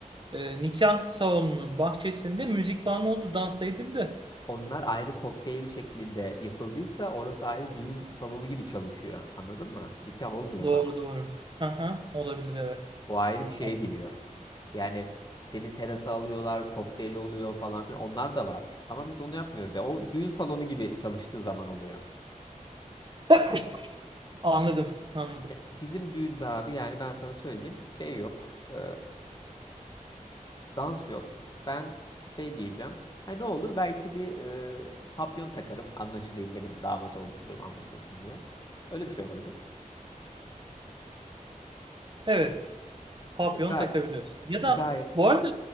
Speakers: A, on the right (about 35°); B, on the left (about 30°).
A: e, nikah salonunun bahçesinde müzik falan oldu. Dans da edildi.
B: Onlar ayrı kokteyl şeklinde yapıldıysa orası ayrı düğün salonu gibi çalışıyor. Anladın mı? Nikah olmuyor
A: Doğru
B: o zaman.
A: doğru. Aha, olabilir evet.
B: O ayrı bir şeye
A: Olabilir.
B: giriyor. Yani seni terasa alıyorlar, kokteyl oluyor falan filan. Onlar da var. Ama biz onu yapmıyoruz. ya o düğün salonu gibi çalıştığı zaman oluyor.
A: <laughs> Anladım, anladım.
B: Ya Bizim düğünde abi yani ben sana söyleyeyim şey yok. e, dans yok. Ben şey giyeceğim. Ha ne olur belki bir e, papyon takarım anlaşılayım benim damat olduğum anlaşılsın diye. Öyle bir şey olabilir.
A: Evet, papyon
B: Gayet
A: takabiliriz. Ya da
B: Gayet.
A: bu arada